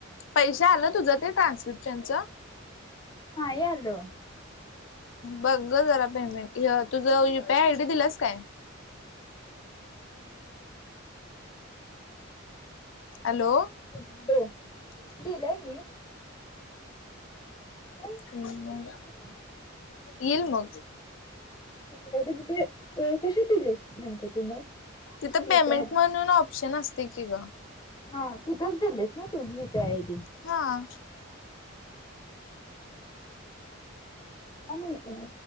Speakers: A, on the left (about 65°); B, on the left (about 20°).
A: पैसे आलं तुझं ते ट्रान्स्क्रिप्शनच.
B: हा याल.
A: बघ जरा पेमेंट तुझं युपीआय आय डी दिलास काय?
B: हम्.
A: हॅलो.
B: <inaudible>
A: <inaudible>
B: दिलाय मी पण
A: हम्
B: तरी सुद्धा कसं काय
A: येल मग
B: जडीबुटी अ कशी दिलीस नेमकं तू मग
A: तिथं पेमेंट
B: युपीआय
A: म्हणून ऑप्शन असते की ग
B: हा तिथेच गेलेस ना तू यु पी आय डी
A: हा ह
B: का नाहीत ना